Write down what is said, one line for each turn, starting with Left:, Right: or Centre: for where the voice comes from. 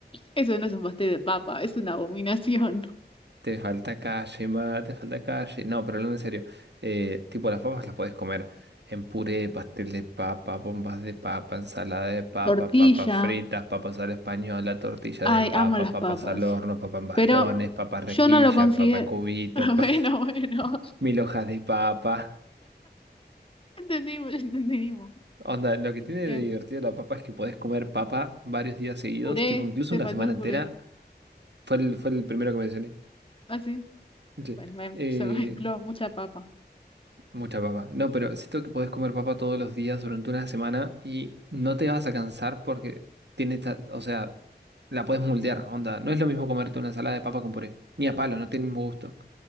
Left: Eso no es un pastel de papa, es una abominación.
Right: Te falta calle, ma, te falta calle. No, pero hablando en serio, eh, tipo las papas las podés comer en puré, pastel de papa, bombas de papa, ensalada de papa,
Left: Tortilla.
Right: papas fritas, papas a la española, tortilla
Left: Ay,
Right: de papa,
Left: amo las
Right: papas
Left: papas.
Right: al horno, papa en bastones,
Left: Pero
Right: papa rejilla,
Left: yo no lo considero.
Right: papa en cubito,
Left: <laughs>
Right: pa-
Left: Bueno,
Right: <laughs>
Left: bueno.
Right: mil hojas de papa.
Left: Entendimos, ya entendimos.
Right: Onda, lo que
Left: Este,
Right: tiene de divertido la papa es que podés comer papa varios días seguidos,
Left: puré,
Right: tipo incluso
Left: te
Right: una
Left: faltó
Right: semana
Left: el
Right: entera.
Left: puré.
Right: Fue el, fue el primero que mencioné.
Left: Ah, sí.
Right: Sí.
Left: Bueno, me-
Right: Eh,
Left: se me mezcló mucha papa.
Right: Mucha papa. No, pero siento que podés comer papa todos los días durante una semana y no te vas a cansar porque tiene esta, o sea, la puedes moldear, onda. No es lo mismo comerte una ensalada de papa con puré, ni a palo, no tiene el mismo gusto.